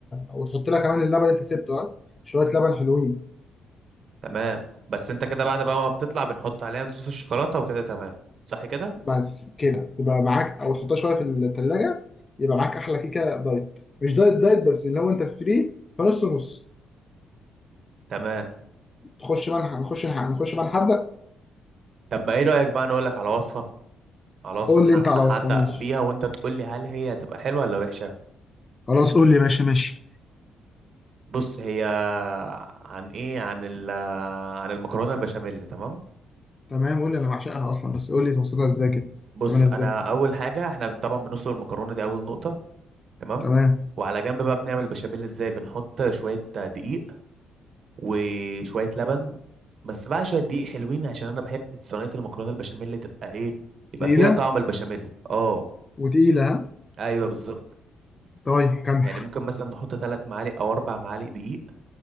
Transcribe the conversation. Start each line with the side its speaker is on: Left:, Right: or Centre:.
Left: وتحط لها كمان اللبن اللي انت سبته اه شويه لبن حلوين
Right: تمام بس انت كده بعد بقى ما بتطلع بنحط عليها صوص الشوكولاتة وكده تمام صح كده
Left: بس كده تبقى معاك او تحطها شويه في الثلاجه يبقى معاك احلى كيكه دايت مش دايت دايت بس اللي هو انت فري فنص نص
Right: تمام
Left: تخش بقى نح- نخش نح- نخش بقى نحدق
Right: طب ما ايه رأيك بقى انا اقول لك على وصفة على وصفة
Left: قول
Right: نحقق-
Left: لي انت على
Right: احدق
Left: وصفه ماشي
Right: بيها وانت تقول لي هل هي هتبقى حلوة ولا وحشة
Left: خلاص قول لي ماشي ماشي
Right: بص هي عن ايه عن ال عن المكرونه البشاميل تمام
Left: تمام قول لي انا بعشقها اصلا بس قول لي توصلها ازاي كده
Right: بص
Left: تعملها ازاي
Right: انا اول حاجه احنا طبعا بنسلق المكرونه دي اول نقطه تمام
Left: تمام
Right: وعلى جنب بقى بنعمل البشاميل ازاي بنحط شويه دقيق وشويه لبن بس بقى شويه دقيق حلوين عشان انا بحب صينيه المكرونه البشاميل تبقى ايه يبقى
Left: تقيله
Right: فيها طعم البشاميل اه
Left: وتقيله ها
Right: ايوه بالظبط
Left: طيب كمل
Right: يعني ممكن مثلا نحط ثلاث معالق او اربع معالق دقيق